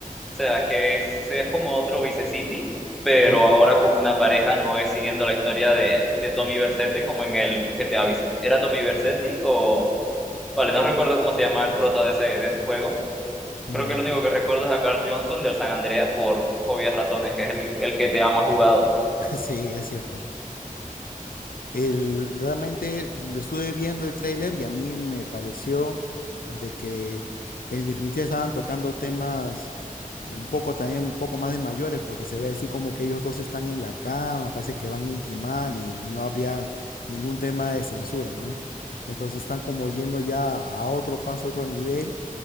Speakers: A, in the centre; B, on the left.
A: O sea, que es, es como otro Vice City, pero
B: Ujú,
A: ahora con una pareja, no es siguiendo la historia de, de Tommy Vercetti como en el GTA Vice City. ¿Era Tommy Vercetti o...? Vale, no recuerdo cómo se llama el prota de ese, de ese juego
B: Ya,
A: Creo que lo único que recuerdo es a Carl Johnson del San Andrea por obvias razones, que es el, el GTA más jugado.
B: <laughs> sí, es cierto. El, realmente lo estuve viendo el tráiler y a mí me pareció de que en definitiva estaban tocando temas eh, un poco también, un poco más de mayores, porque se ve así como que ellos dos están en la cama, parece que van a intimar y no habría ningún tema de censura, ¿no? Entonces están como yendo ya a otro paso, a otro nivel,